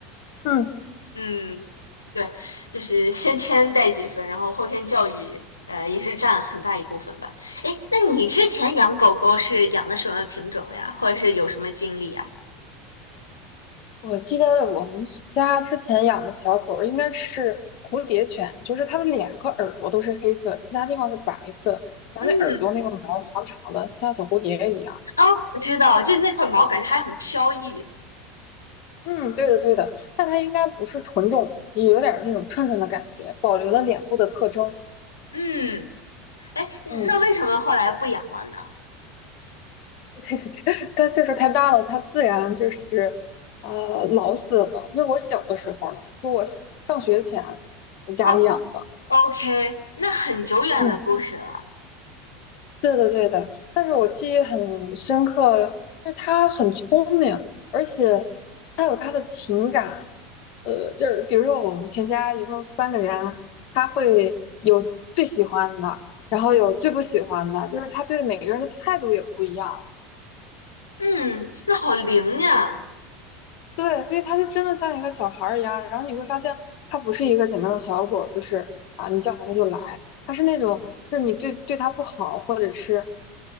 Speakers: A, on the left; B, on the left.
A: 嗯
B: 嗯，对，就是先天带几分，然后后天教育，呃，也是占很大一部分吧。哎，那你之前养狗狗是养的什么品种的呀？或者是有什么经历呀？
A: 我记得我们家之前养的小狗儿应该是蝴蝶犬，就是它的脸和耳朵都是黑色，其他地方是白色，然后那耳朵那个毛长长的，
B: 嗯，
A: 像小蝴蝶一样。
B: 哦，我知道，就那块毛感觉还很飘逸。
A: 嗯，对的对的，但它应该不是纯种，也有点儿那种串串的感觉，保留了脸部的特征。
B: 嗯，哎，那为什么后来不养了呢？
A: 嗯，<laughs> 对对对，它岁数太大了，它自然就是呃老死了。那是我小的时候了，就我上学前我家里养的。
B: 哦，OK，那很久远的故事了。
A: 嗯。对的，对的，但是我记忆很深刻，就是他很聪明，而且他有他的情感。呃，就是比如说我们全家一共三个人，他会有最喜欢的，然后有最不喜欢的，就是他对每个人的态度也不一样。
B: 嗯，那好灵呀。
A: 对，所以它就真的像一个小孩儿一样，然后你会发现它不是一个简单的小狗儿就是啊，你叫它它就来，它是那种就是你对对它不好，或者是